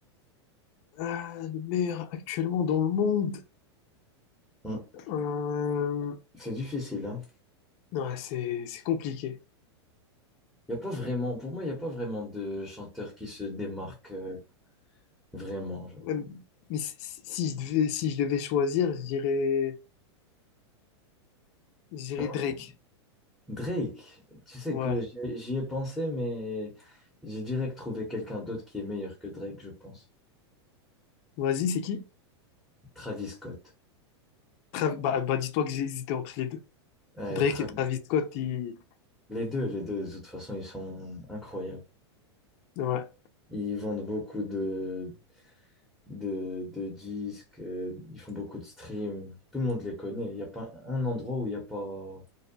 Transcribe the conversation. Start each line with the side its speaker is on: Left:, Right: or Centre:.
Left: Ah, le meilleur actuellement dans le monde.
Centre: Hum.
Left: Euh,
Centre: C'est difficile, hein.
Left: Ouais, c'est c'est compliqué.
Centre: Y a pas vraiment, pour moi, il n'y a pas vraiment de chanteur qui se démarque euh, vraiment, genre.
Left: Ouais, mais si, si- si je devais, si je devais choisir, je dirais, je dirais
Centre: Ah,
Left: Drake.
Centre: Drake, tu sais
Left: Ouais.
Centre: que j'y j'y ai pensé, mais j'ai direct trouvé quelqu'un d'autre qui est meilleur que Drake, je pense.
Left: Vas-y, c'est qui?
Centre: Travis Scott.
Left: Trav- bah, bah, dis-toi que j'ai hésité entre les deux.
Centre: Ouais,
Left: Drake
Centre: tra-
Left: et Travis Scott. ils-
Centre: Les deux, les deux, de toute façon, ils sont incroyables.
Left: Ouais.
Centre: Ils vendent beaucoup de, de, de disques, euh, ils font beaucoup de streams. Tout le monde les connaît. Il n'y a pas un endroit où il n'y a pas, où